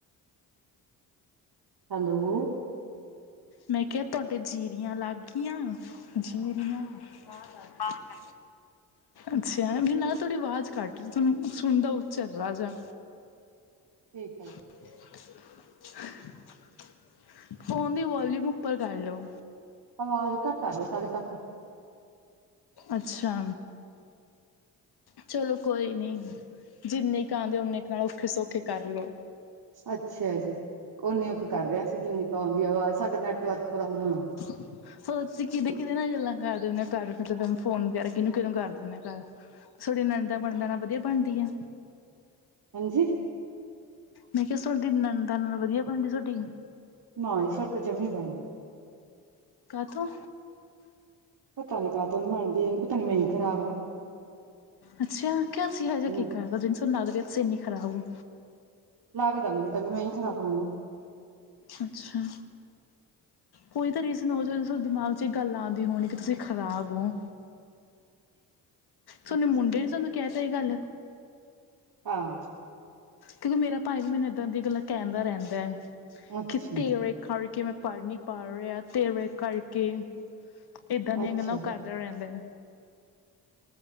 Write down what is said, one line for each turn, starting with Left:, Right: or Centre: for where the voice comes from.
Right: ਹੈਲੋ।
Left: ਮੈਂ ਕਿਹਾ ਤੁਹਾਡੇ ਜੀਰੀਆਂ ਲਾਗੀਆਂ, ਜੀਰੀਆਂ, ਹਾਂ ਲਗ ਗਈਆਂ। ਅੱਛਾ ਵੀ ਨਾ ਤੁਹਾਡੀ ਆਵਾਜ਼ ਕੱਟ ਰੀ, ਸੋਨੂੰ ਸੁਣਦਾ ਉੱਚਾ ਥੋੜ੍ਹਾ ਜਾ।
Right: ਠੀਕ ਏ ਜੀ।
Left: <inaudible> ਫੋਨ ਦੀ ਵਾਲੋਊਮ ਉੱਪਰ ਕਰ ਲਓ।
Right: ਅਵਾਜ਼ ਘੱਟ ਆ ਰਹੀ ਆ ਤੋਡੇ ਤੱਕ।
Left: ਅੱਛਾ। ਚਲੋ ਕੋਈ ਨੀ, ਜਿੰਨੇ ਕੁ ਆਂਦੇ ਓਨੇ ਕੁ ਨਾਲ ਔਖੇ-ਸੌਖੇ ਕਰ ਲਉ।
Right: ਅੱਛਾ ਜੀ, ਉਨੀੳ ਕੁ ਕਰ ਰਹੇ ਅਸੀ ਜਿੰਨੀ ਕੁ ਆਉਦੀ ਆ ਵਾਜ ਸਾਡਾ ਨੈਟਵਰਕ ਪ੍ਰੋਬਲਮ ਆ।
Left: <inaudible> ਫਿਰ ਤੁਸੀ ਕੀਹਦੇ-ਕੀਹਦੇ ਨਾਲ ਗੱਲਾਂ ਕਰਦੇ ਹੁਣੇ ਹਾਂ ਘਰ ਮਤਲਬ ਫੋਨ ਵਗੈਰਾ ਕਿਹਨੂੰ-ਕਿਹਨੂੰ ਕਰਦੇ ਹੁਣੇ ਉ ਘਰ? ਸੌਡੀ ਨਨੰਦਾ ਬਣਦਾ ਨਾ ਵਧੀਆ ਬਣਦੀ ਐ?
Right: ਹੈਜੀ
Left: ਮੈਂ ਕਿਹਾ ਸੋਡੀ ਨਨੰਦਾ ਨਾਲ ਵਧੀਆ ਬਣਦੀ ਥੋਡੀ?
Right: ਨਾ ਜੀ, ਸਾਡੇ ਤਾ ਜਮਾ ਈ ਨਹੀਂ ਬਣਦੀ।
Left: ਕਾਤੋ?
Right: ਪਤਾ ਕਾਤੋ ਨੀ ਬਣਦੀ ਹੈਗੀ, ਪਤਾ ਨੀ ਮੈ ਈ ਖਰਾਬ ਆ।
Left: ਅੱਛਾ, ਕਿਆ ਤੁਸੀ ਇਹੋ ਜਿਹਾ
Right: ਹੂੰ
Left: ਕੀ ਕਰਤਾਂ ਜਿਨ੍ਹਾਂ ਤੁਸੀ ਲਗ ਰਹੋ ਹੋ ਤੁਸੀ ਇੰਨੀ ਖਰਾਬ ਹੋ?
Right: ਲਗਦਾ ਮੈਨੂੰ ਤਾਂ ਵੀ ਮੈ ਹੀ ਖ਼ਰਾਬ ਹੋਈ ਹੂ।
Left: ਅੱਛਾ। ਕੋਈ ਤਾਂ ਰੀਜ਼ਨ ਹੋ ਜਾ ਤੁ ਦਿਮਾਗ ਚ ਗੱਲ ਆਦੀ ਹੋਣੀ ਕਿ ਤੁਸੀਂ ਖ਼ਰਾਬ ਹੋ। ਸੋਨੇ
Right: ਅੱਛਾ
Left: ਮੁੰਡੇ ਨੇ ਸੋਨੂੰ ਕਹਿ ਤ ਇਹ ਗੱਲ।
Right: ਹਾਂ।
Left: ਕਿਉਂਕਿ ਮੇਰਾ ਭਾਈ ਵੀ ਮੈਨੂੰ ਏਦਾਂ ਦੀਆਂ ਗੱਲਾਂ ਕਹਿੰਦਾ ਰਹਿੰਦਾ ਹੈ
Right: ਅੱਛਾ
Left: ਕਿਤੇ ਤੇਰੇ ਕਰ ਕੇ ਮੈਂ ਪੜ੍ਹ ਨੀ ਪਾ ਰਿਹਾ ਤੇਰੇ ਕਰਕੇ ਏਦਾਂ ਦੀਆਂ
Right: ਅੱਛਾ
Left: ਗੱਲਾਂ ਕਰ ਰਹਿੰਦਾ।